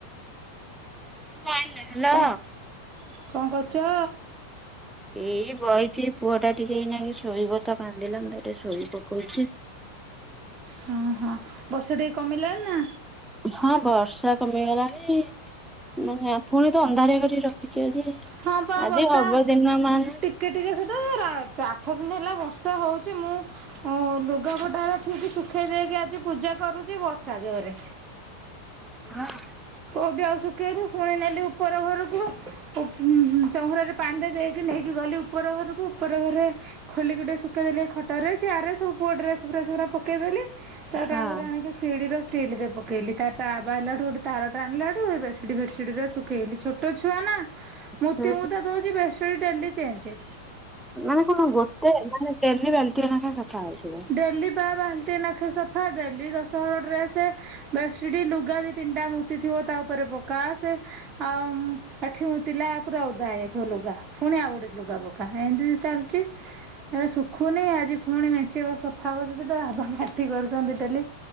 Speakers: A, in the centre; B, on the right.
A: ନାଁଇ ନାଁଇ ହ୍ୟାଲୋ
B: କଣ କଣ କରୁଛ?
A: ଏଇ ବଇଛି ପୁଅ ଟା ଟିକେ ଏଇନା ଶୋଇବ ତ କାନ୍ଦିଲାନି ତାକୁ ଟିକେ ଶୋଇ ପକଉଛି।
B: ହଁ ହଁ ବର୍ଷା ଟିକେ କମିଲାଣି ନା?
A: ହଁ ବର୍ଷା କମିଗଲାଣି ମେ ପୁଣି ତ ଅନ୍ଧାର କରିକି ରଖିଛିି ଆଜି।
B: ହଁ ପା
A: ଆଦେ
B: ବର୍ଷା
A: ହବ ଦିିନ ମାନ।
B: ଟିକେ ଟିକେ ସେ ତ ରା ଆଠ ଦିନ ହେଲା ବର୍ଷା ହଉଛି ମୁଁ ଓ ଲୁଗାପଟା ହେଲା ଠିକ ଶୁଖେଇ ଦେଇକି ଆଜି ପୂଜା କରୁଛି ବର୍ଷା ଜୋରରେ।
A: ହଁ,
B: କୋଉଠି ଆଉ ଶୁଖେଇବୁ ଫୁଣି ନେଲି ଉପର ଘରକୁ। ପୁ ଉ-ଉ-ଉ-ଉ ଚଉୁରାରେ ପାଣି ଦେଇକି ନେଇକି ଗଲି ଉପର ଘରକୁ ଉପର ଘରେ ଖୋଲିକି ଟିକେ ଶୁଖେଇଦେଲେ ଖଟରେ ଚିଆରରେ ସବୁପୁଅ ଡ୍ରେସ ଫ୍ରେସ ଗୁରା ପକେଇ ଦେଲି। ତା
A: ହଁ
B: ଆଉଗୁରା ଆଣିକି ସିଢିର ଷ୍ଟିଲରେ ପକେଇଲି ତାର ତା ବାବା ଆଇଲାଠୁ ଗୋଟେ ତାର ଟାଣିଲାଠୁ ବେଡସିଡି ଫେସିଡ଼ି ରେ ଶୁଖେଇଲି ଛୋଟ ଛୁଆ ନା ମୁତି
A: ସେ
B: ମୁତା ଦଉଛି ବେ ସେ ଡେଲି ଚେଚେ।
A: ମାନେ କଣ ଗୋଟେ ମାନେ ଡେଲି ବାଲଟିଏ ନେଖା ସଫା ହେଉଥିବ।
B: ଡେଲି ବା ବା ଏତେ ନାଖା ସଫା ଡେଲି ଦଶ ହଳ ଡ୍ରେସେ, ବେଡ଼ସିଟି, ଲୁଗା ଦି ତିନଟା ମୁ ତିଥିବ ତା ଉପରେ ପକା ସେ ଆଉ ଏଠି ମୁତିଲା ପୁରା ଓଦା ହେଇ ଯାଇଥିବ ଲୁଗା। ପୁଣି ଆଉ ଗୋଟେ ଲୁଗା ପକା ଏଇତି ଚାଲୁଛି। ହେଲେ ଶୁଖୁନି ଆଜି ପୁଣି ମେଞ୍ଚେ ସଫା କରୁଛନ୍ତି ତ ବାବା ମାଟି କରୁଛନ୍ତି ଡେଲି